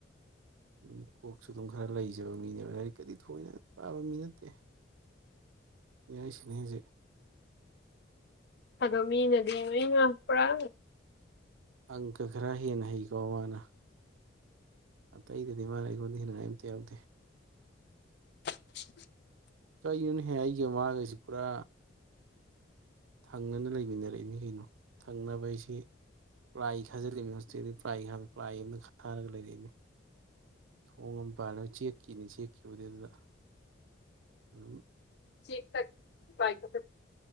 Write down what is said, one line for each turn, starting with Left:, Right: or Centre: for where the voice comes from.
Right: ꯝ ꯀꯣꯛꯁꯨ ꯑꯗꯨꯝ ꯈꯔ ꯂꯩꯖꯕ ꯃꯤꯅꯦꯕ ꯂꯥꯏꯔꯤꯛꯀꯗꯤ ꯊꯣꯏꯅ ꯄꯥꯕ ꯃꯤ ꯅꯠꯇꯦ ꯏ ꯁꯅꯦꯁꯦ
Left: ꯑꯗꯣ ꯃꯤ ꯅꯗꯤ ꯑ ꯃꯄꯔꯥ
Right: ꯑꯪꯀ ꯈ꯭ꯔ ꯌꯦꯅ ꯍꯒ ꯔꯣꯃꯅ ꯑꯇꯩ ꯑꯩꯗꯗꯤ ꯃꯥꯅ ꯑꯩ ꯈꯣꯟꯗꯤ ꯍꯦꯅꯉꯥꯏꯝꯇ ꯌꯥꯎꯗꯦ
Left: <inaudible>
Right: ꯀꯔꯤꯨꯅꯍꯦ ꯑꯩꯒ ꯃꯥꯒꯁꯤ ꯄꯨꯔꯥ ꯊꯪꯅꯅ ꯂꯩꯃꯤꯟꯅꯔꯛꯏꯃꯤ ꯀꯩꯅꯣ ꯊꯪꯅꯕ ꯑꯩꯁꯦ ꯄ꯭ꯂꯥꯏ ꯈꯥꯖꯤꯜꯂꯤꯅꯤ ꯍꯧꯣꯖꯤꯇꯦꯜꯗꯤ ꯄ꯭ꯂꯥꯏꯕ ꯄ꯭ꯂꯥꯏ ꯑꯃꯗ ꯊꯥꯔꯒ ꯂꯩꯔꯛꯏꯅꯤ ꯊꯣꯡ ꯑꯃ ꯄꯥꯜꯂ ꯆꯦꯛꯈꯤꯅꯤ ꯆꯦꯛꯈꯤꯕꯗꯤ ꯑꯗꯨꯗ ꯑꯗꯨꯝ
Left: ꯆ ꯇ ꯄꯥꯏ ꯈ